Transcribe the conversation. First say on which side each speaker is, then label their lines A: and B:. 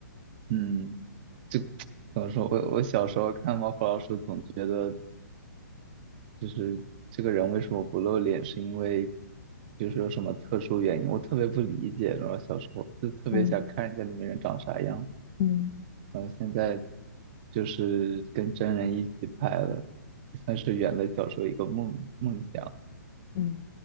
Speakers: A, on the right; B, on the left.
A: 嗯，就 <tsk> 怎么说，我我小时候看《猫和老鼠》，总觉得。就是这个人为什么不露脸，是因为就是有什么特殊原因，我特别不理解。然后小时候就特别想看一下里面人长啥样，
B: 嗯嗯
A: 然后现在就是跟真人一起拍了，算是圆了小时候一个梦梦想。
B: 嗯。